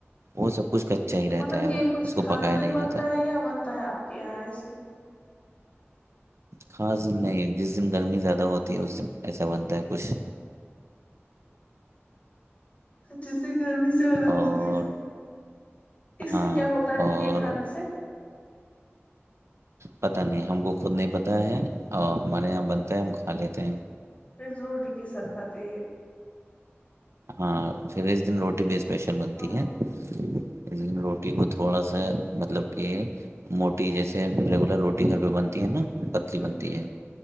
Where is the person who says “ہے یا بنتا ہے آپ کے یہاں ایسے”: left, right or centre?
Left